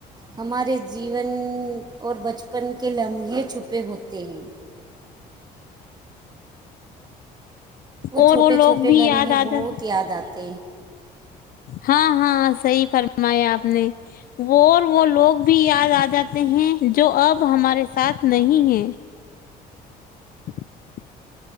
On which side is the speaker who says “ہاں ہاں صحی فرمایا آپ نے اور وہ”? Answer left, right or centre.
Left